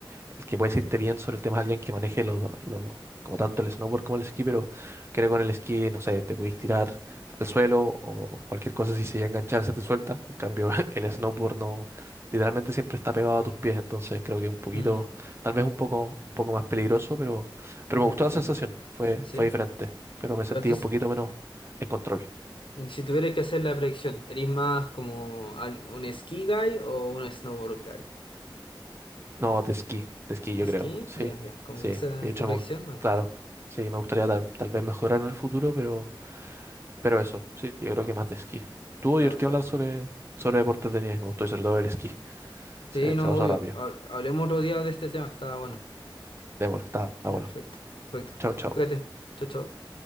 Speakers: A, on the right; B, on the left.
A: el que puede decirte bien sobre el tema es alguien que maneje los do- los- como tanto el snowboard como el esquí, pero creo que con el esquí, no sé, te puedes tirar al suelo o cualquier cosa si se llega a enganchar se te suelta. En cambio, <laughs> el snowboard no, literalmente siempre está pegado a tus pies, entonces creo que un poquito,
B: mm,
A: tal vez un poco, un poco más peligroso, pero, pero
B: ya
A: me gustó
B: entiendo.
A: la sensación, fue,
B: ¿Sí?
A: fue diferente, pero me
B: Pero
A: sentí
B: entonces,
A: un poquito menos en control.
B: ujú. si tuvieras que hacer la predicción, ¿eres más como al- un ski guy o un snowboard guy?
A: No, de esquí, de esquí yo
B: ¿Skinny?
A: creo, sí,
B: Ya, ya. Como
A: sí.
B: que esa
A: De
B: es
A: hecho,
B: tu proyección.
A: me gust-
B: Ok.
A: claro, sí, me gustaría tal, tal vez mejorar en el futuro, pero... Pero eso, sí, yo creo que más de esquí. Tuvo
B: Ya,
A: divertido
B: perfecto.
A: hablar sobre, sobre deportes de nieve, me gustó y sobre todo el esquí. Se,
B: Sí, no,
A: se pasó
B: obvio.
A: rápido.
B: Habl- Hablemos otro día de este tema. Está bueno.
A: Démosle, está está
B: Ya,
A: bueno.
B: perfecto. Perfecto.
A: Chao, chao.
B: Cuídate. Chau, chau.